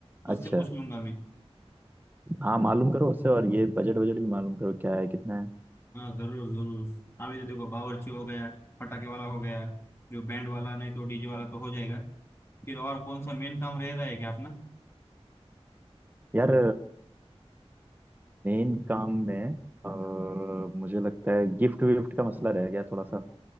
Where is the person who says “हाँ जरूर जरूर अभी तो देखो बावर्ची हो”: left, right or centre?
Left